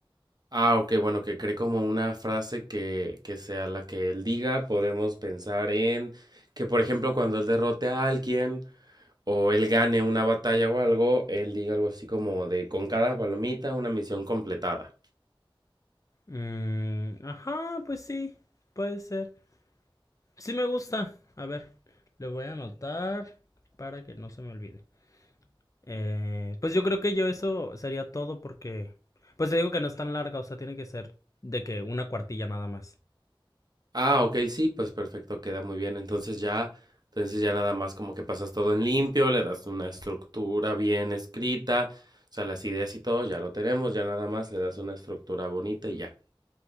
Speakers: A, on the right; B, on the left.
A: Ah, ok, bueno, que cree como una frase que, que sea la que él diga, podemos pensar en que, por ejemplo, cuando él derrote a alguien, o él gane una batalla o algo, él diga algo así como de con cada palomita una misión completada.
B: Mm, ajá, pues sí, puede ser. Sí me gusta. A ver, le voy a anotar para que no se me olvide. Eh, pues yo creo que yo eso sería todo porque, pues te digo que no es tan larga, o sea, tiene que ser de que una cuartilla nada más.
A: Ah, ok, sí, pues perfecto, queda muy bien. Entonces ya, entonces ya nada más como que pasas todo en limpio, le das una estructura bien escrita, o sea, las ideas y todo, ya lo tenemos, ya nada más le das una estructura bonita y ya.